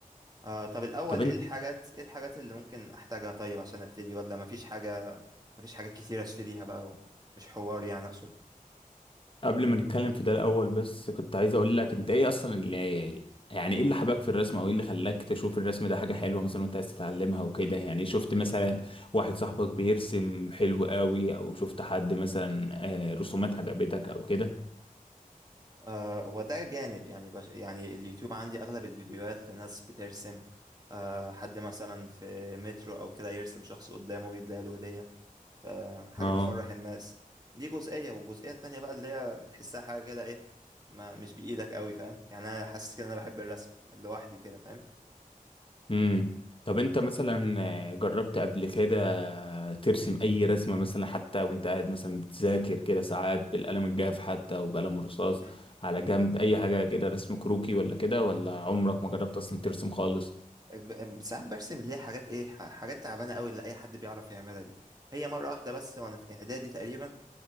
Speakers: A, on the right (about 25°); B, on the left (about 40°).
A: آه، طب الأول
B: طب انت
A: إيه الحاجات إيه الحاجات اللي ممكن أحتاجها طيب عشان أبتدي ولا مفيش حاجة مفيش حاجات كتير أشتريها بقى مش حوار يعني أقصد
B: قبل ما نتكلم في ده الاول بس كنت عايز اقول لك انت ايه اصلا اللي يعني ايه اللي حباك في الرسم او ايه اللي خلاك تشوف الرسم ده حاجة حلوة مثلا وانت عايز تتعلمها وكده يعني شفت مثلا واحد صاحبك بيرسم حلو قوي او شفت حد مثلا آه، رسومات عجبتك او كده
A: آه وده جانب يعني بش يعني اليوتيوب عندي أغلب الفيديوهات لناس بترسم آه حد مثلا في مترو أو كده يرسم شخص قدامه ويديله هدية فحاجة
B: اه
A: بتفرح الناس دي جزئية والجزئية التانية بقى اللي هي بتحسها حاجة كده إيه ما مش بإيدك قوي فاهم يعني أنا حاسس كده إن أنا بحب الرسم لوحدي كده فاهم
B: امم طب انت مثلا آه، جربت قبل كده ترسم اي رسمة مثلا حتى وانت قاعد مثلا بتذاكر كده ساعات بالقلم الجاف حتى وبقلم الرصاص
A: م.
B: على جنب اي حاجة كده رسم كروكي ولا كده ولا عمرك ما جربت اصلا ترسم خالص
A: ب- ساعات برسم اللي هي حاجات إيه ح- حاجات تعبانة قوي اللي أي حد بيعرف يعملها دي هي مرة واحدة بس وأنا في إعدادي تقريبا